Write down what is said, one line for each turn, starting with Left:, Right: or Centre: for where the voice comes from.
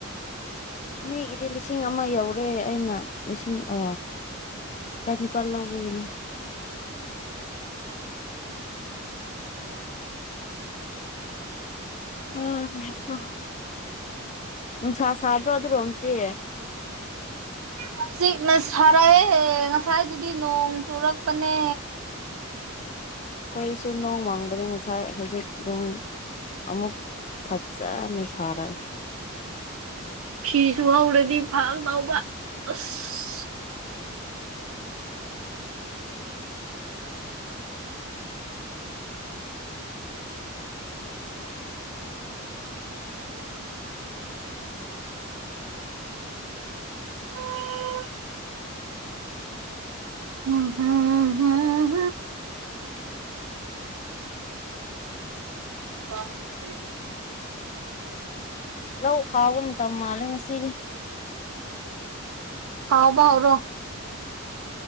Left: ꯃꯤꯒꯤꯗꯤ ꯂꯤꯁꯤꯡ ꯑꯃ ꯌꯧꯔꯦ ꯑꯩꯅ ꯂꯤꯁꯤꯡ ꯑ ꯆꯥꯅꯤꯄꯥꯜ ꯂꯧꯕꯒꯤꯅꯤ ꯑ ꯍ ꯅꯨꯡꯁꯥ ꯁꯥꯗ꯭ꯔꯣ ꯑꯗꯨꯔꯣꯝꯇꯤ
Right: ꯍꯧꯖꯤꯛꯅ ꯁꯥꯔꯛꯑꯦ ꯉꯁꯥꯏꯗꯨꯗꯤ ꯅꯣꯡ ꯆꯨꯔꯛꯄꯅꯦ
Left: ꯑꯈꯣꯏꯁꯨ ꯅꯣꯡ ꯃꯪꯕꯅꯦ ꯉꯁꯥꯏ ꯍꯧꯖꯤꯛ ꯑꯗꯨꯝ ꯑꯃꯨꯛ ꯐꯖꯅ ꯁꯔꯛꯑ
Right: ꯐꯤ ꯁꯨꯍꯧꯔꯗꯤ ꯐꯒꯗꯧꯕ ꯑꯁ <inaudible> ꯍꯝ ꯍꯝ ꯍꯝ ꯋꯥ <inaudible>
Left: ꯂꯧ ꯈꯥꯎꯕ ꯃꯇꯝ ꯃꯥꯜꯂꯦ ꯉꯁꯤꯗꯤ
Right: ꯈꯥꯎꯕ ꯍꯧꯔꯣ